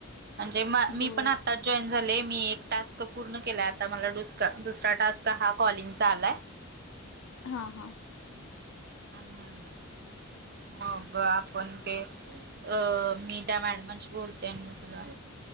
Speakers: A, on the right; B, on the left.
A: णजे मी
B: होय
A: पण आता जॉईन झाले मी एक टास्क पूर्ण केलाय आता मला डुस् दुसरा टास्क हा कॉलिंगचा आलाय
B: हा हा
A: हम हम ह मग आपण ते अ मी त्या मॅडमांशी बोलते म तुला